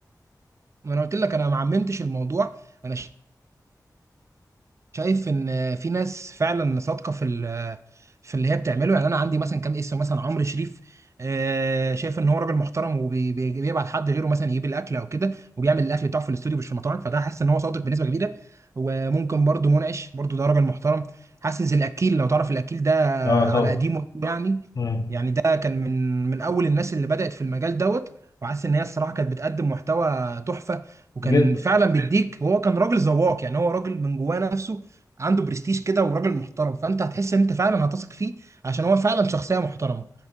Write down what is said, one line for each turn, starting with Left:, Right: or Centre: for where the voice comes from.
Right: ما انا قلت لك انا ما عممتش الموضوع انا شايف ان في ناس فعلا صادقه في ال- في اللي هي بتعمله يعني انا عندي مثلا كام اسم مثلا عمرو شريف آه، شايف ان هو راجل محترم وبيبعت حد غيره مثلا يجيب الاكل او كده وبيعمل الاكل بتاعه في الاستوديو مش في المطاعم فده حاسس ان هو صادق بنسبه كبيره وممكن برضو منعش برضو ده راجل محترم حاسس الاكيل لو تعرف الاكيل ده
Left: اه طبعا
Right: على قديمه يعني
Left: مم.
Right: يعني ده كان من من اول الناس اللي بدات في المجال دوت وحاسس ان هي الصراحه كانت بتقدم محتوى تحفه وكان
Left: جدا
Right: فعلا بيديك وهو كان راجل ذواق يعني هو راجل من جواه نفسه عنده برستيج كده وراجل محترم فانت هتحس ان انت فعلا هتثق فيه عشان هو فعلا شخصيه محترمه